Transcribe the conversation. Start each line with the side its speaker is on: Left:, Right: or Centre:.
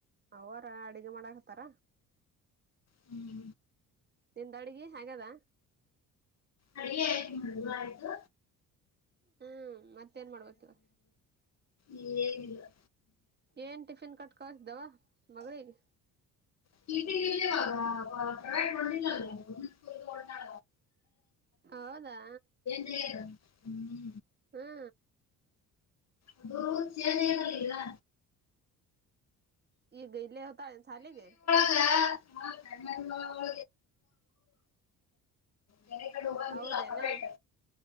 Right: ಅವ್ವಾರ ಅಡಗೆ ಮಾಡಾಕತ್ತಾರ.
Left: ಹು
Right: ನಿಂದ ಅಡ್ಗೆ ಆಗೇದ
Left: ಅಡಿಗಿ ಆಯ್ತು ನೋಡ ನೀವು ಆಯ್ತು.
Right: ಹು ಮತ್ತೇನ್ ಮಾಡ್ಬೇಕ ಇವ
Left: ಇನ್ನೇನಿಲ್ಲಾ ಏನಿಲ್ಲಾ.
Right: ಏನ್ ಟಿಫಿನ್ ಕಟ್ಟಿಕಳ್ದೋ ಮಗಳಿಗೆ.
Left: ಸಿಟಿಲಿ ಇಲ್ಲ ಇವಾಗ ಕರೆಂಟ್ ಹೊಡ್ದಿದ್ದಲ್ಲ ಹೊಂಟಾಳ
Right: ಹೌದಾ
Left: ಮತ್ತೇನ್ ಹು.
Right: ಹಾ
Left: ಅದು ಸೆರ್ ಏಳಲಿ ಗಿಡಾ.
Right: ಈಗ ಹೊತಾಳೆನ್ ಸಾಲಿಗೆ.
Left: <unintelligible> ಅಮ್ಮೋರು ಬೇರೆ ಕಡೆ ಹೋಗಂಗಿಲ್ಲ
Right: ಹೌದೇನ
Left: ಸಪರೇಟ್.